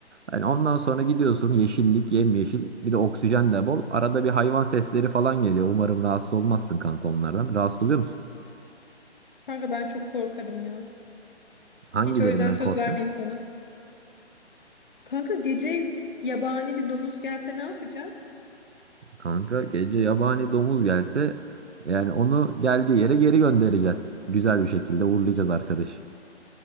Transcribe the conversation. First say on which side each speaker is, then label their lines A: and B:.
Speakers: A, on the right; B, on the left.
A: Hani ondan sonra gidiyorsun yeşillik, yemyeşil, bir de oksijen de bol. Arada bir hayvan sesleri falan geliyor. Umarım rahatsız olmazsın kanka onlardan. Rahatsız oluyor musun?
B: Kanka ben çok korkarım ya.
A: Hangilerinden
B: Hiç o yüzden söz
A: korkuyorsun?
B: vermeyeyim sana. Kanka gece yabani bir domuz gelse ne yapacağız?
A: Kanka gece yabani domuz gelse yani onu geldiği yere geri göndereceğiz. Güzel bir şekilde uğurlayacağız arkadaşı.